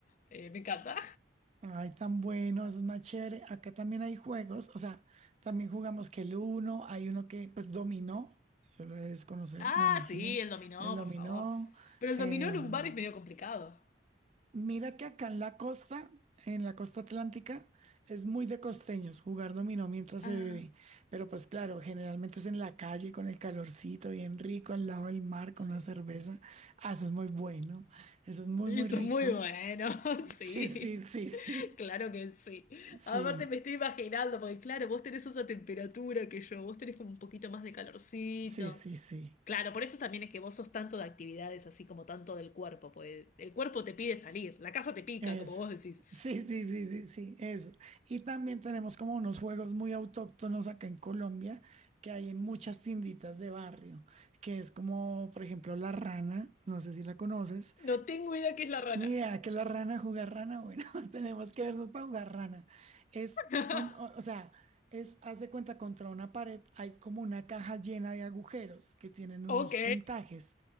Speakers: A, on the left; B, on the right.
A: Eh, me encanta.
B: Ay, tan bueno, eso es más chévere. Acá también hay juegos, o sea, también jugamos que el uno, hay uno que pues dominó, yo lo he de desconocer,
A: Ah,
B: me imagino,
A: sí, el dominó,
B: el dominó.
A: por favor. Pero el
B: Em,
A: dominó en un bar es medio complicado.
B: mira que acá en la costa, en la costa atlántica, es muy de costeños jugar dominó mientras
A: Ah,
B: se bebe, pero pues claro, generalmente es en la calle con el calorcito bien rico, al lado del mar con
A: sí.
B: una cerveza. Ah, eso es muy bueno, eso es muy,
A: Eso
B: muy rico.
A: es muy bueno, <laughs>
B: Sí, sí,
A: sí.
B: sí, sí. Sí.
A: Claro que sí.
B: Sí.
A: Aparte me estoy imaginando, porque claro, vos tenés otra temperatura que yo, vos tenés como un poquito más de calorcito.
B: Sí, sí, sí.
A: Claro, por eso también es que vos sos tanto de actividades así como tanto del cuerpo, pues el cuerpo te pide salir, la casa te pica,
B: Eso.
A: como vos decís.
B: Sí, sí, sí, sí, sí, eso. Y también tenemos como unos juegos muy autóctonos acá en Colombia que hay en muchas tienditas de barrio, que es como, por ejemplo, la rana, no sé si la conoces.
A: No tengo idea qué es la rana.
B: Ni idea que la rana jugar rana, bueno, <laughs> tenemos que vernos para jugar rana. Es
A: <laughs>
B: un- o, o sea, es, haz de cuenta, contra una pared hay como una caja llena de agujeros que tienen unos
A: Ok.
B: puntajes,